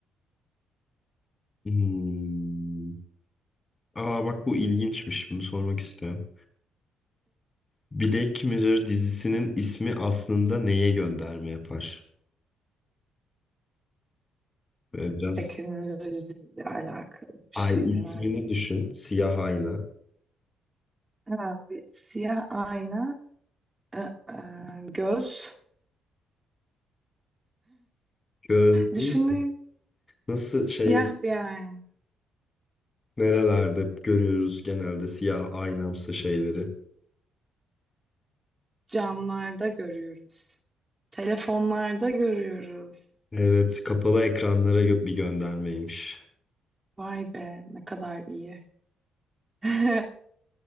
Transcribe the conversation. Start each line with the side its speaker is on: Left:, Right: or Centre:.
Left: Hmm. Aa bak bu ilginçmiş. Bunu sormak istiyorum. Black Mirror dizisinin ismi aslında neye gönderme yapar? Böyle biraz
Right: Teknolojiyle alakalı bir şey
Left: ay
Right: herhalde.
Left: ismini düşün. Siyah ayna.
Right: Ha, bir siyah ayna Ee, e, göz.
Left: Gözlüğü
Right: Düşüneyim.
Left: nasıl
Right: Siyah
Left: şey
Right: bir ayna.
Left: nerelerde görüyoruz genelde siyah aynamsı şeyleri.
Right: Camlarda görüyoruz. Telefonlarda görüyoruz.
Left: Evet kapalı ekranlara gö- bir göndermeymiş.
Right: Vay be ne kadar iyi. <laughs>